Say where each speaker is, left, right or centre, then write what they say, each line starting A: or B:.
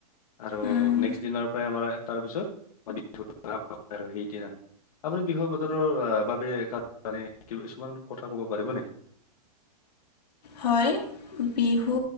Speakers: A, on the left (about 65°); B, on the left (about 90°).
A: আৰু
B: উম,
A: নেক্সট দিনৰ পৰাই আমাৰ তাৰপিছত বিহু আৰু <unintelligible> সেইদিনা। আপুনি বিহু বতৰৰ বাবে <unintelligible> কিছুমান কথা ক'ব পাৰিব নেকি!
B: হয়। বিহু